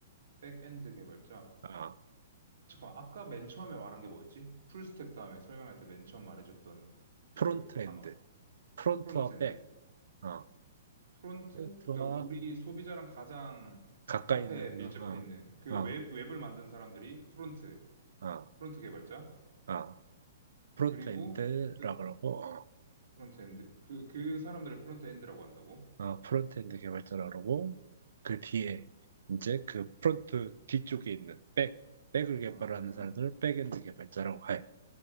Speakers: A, on the right; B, on the right.
A: 백엔드 개발자.
B: 아,
A: 잠깐만, 아까 맨 처음에 말한 게 뭐였지? 풀스택 다음에 설명할 때 맨 처음 말해줬던 그
B: 프론트엔드.
A: 단어.
B: 프론트와
A: 프론트엔드.
B: 백. 어,
A: 프론트?
B: 프론트와
A: 그러니까 우리 소비자랑 가장
B: 가까이
A: 앞에
B: 있는
A: 밀접해
B: 거. 어,
A: 있는 그
B: 어,
A: 웹, 웹을 만든 사람들이 프론트,
B: 어,
A: 프론트 개발자.
B: 어. 프론트엔드라고
A: 그리고 그
B: 그러고, 어,
A: 프론트엔드, 그, 그 사람들을 프론트엔드라고 한다고?
B: 어, 프론트엔드 개발자라고 그러고, 그 뒤에 이제 그 프론트 뒤쪽에 있는 백, 백을 개발하는
A: 아,
B: 사람들을 백엔드 개발자라고 해.